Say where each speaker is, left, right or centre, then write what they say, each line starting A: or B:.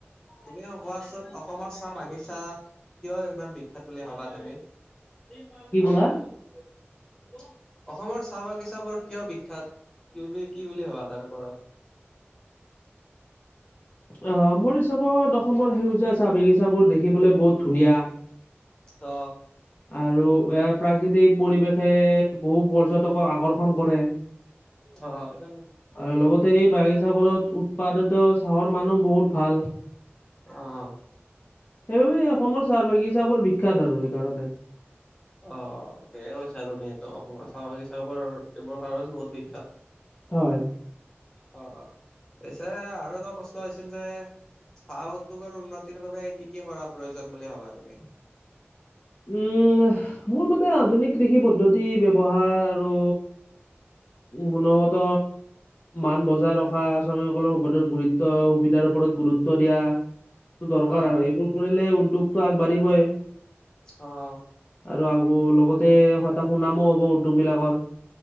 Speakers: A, on the left; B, on the left.
A: তুমি কোৱাচোন অসমৰ চাহ বাগিচা কিয় ইমান বিখ্যাত বুলি ভাবা তুমি? অসমৰ
B: কি কলা
A: চাহ বাগিচাবোৰ কিয় বিখ্যাত? তুমি কি বুলি ভাবা তাৰে ওপৰত?
B: <inaudible> অ মোৰ হিচাপত অসমত সেউজীয়া চাহ বাগিচাবোৰ দেখিবলৈ বহুত ধুনীয়া।
A: অ
B: আৰু ইয়াৰ প্ৰাকৃতিক পৰিৱেশে বহুত বৰ পৰ্যটকৰ আকৰ্ষণ কৰে।
A: অ অ
B: আৰু লগতে এই বাগিচাবোৰত উৎপাদিত চাহৰ মানো বহুত ভাল',
A: অ',
B: সেইবাবে অসমৰ চাহ বাগিচাবোৰ বিখ্যাত আৰু সেইকাৰণে',
A: অ', ভালে কৈছা তুমি ত অসমৰ চাহ বাগিচাবোৰ এইবোৰৰ কাৰণে বহুত বিখ্যাত',
B: হয়',
A: অ', পিছে আৰু এটা বস্তু আহিছিল যে? চাহ উদ্যোগৰ উন্নতিৰ বাবে কি কি কৰা প্ৰয়োজন বুলি ভাবা তুমি?
B: উম', মোৰ মতে আধুনিক কৃষি পদ্ধতি ব্যৱহাৰ আৰু', গুণগত', মান বজাই ৰখা, শ্ৰমিকসকলৰ ওপৰত গুৰুত্ব, সুবিধাৰ ওপৰত গুৰুত্ব দিয়া', হেতু দৰকাৰ
A: অ',
B: আৰু এইবোৰ কৰিলে উদ্যোগটো আগবাঢ়িবই',
A: অ',
B: আৰু আকৌ লগতে এটা সুনামো হ'ব উদ্যোগবিলাকৰ',